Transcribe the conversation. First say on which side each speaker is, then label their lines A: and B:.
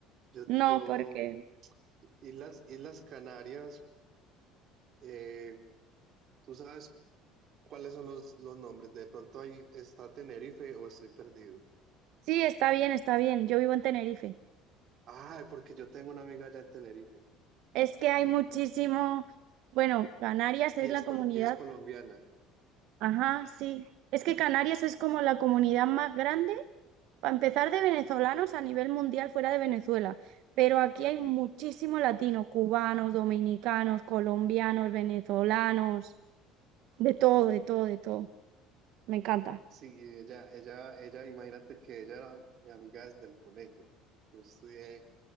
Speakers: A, on the right; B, on the right.
A: Yo,
B: No,
A: yo,
B: porque
A: Islas, Islas Canarias, eh, ¿tú sabes cuáles son los, los nombres? De pronto ahí está Tenerife o estoy perdido.
B: sí, está bien, está bien. Yo vivo en Tenerife.
A: Ah, porque yo tengo una amiga allá en Tenerife
B: Es que hay muchísimo, bueno, Canarias
A: y
B: es
A: es,
B: la
A: col-
B: comunidad,
A: y es colombiana.
B: ajá, sí. Es que Canarias es como la comunidad más grande, para empezar, de venezolanos a nivel mundial fuera de Venezuela. Pero aquí hay muchísimo latino, cubanos, dominicanos, colombianos, venezolanos, de todo, de todo, de todo. Me encanta.
A: Sí, ella, ella, ella, imagínate que ella era mi amiga desde el colegio. Yo estudié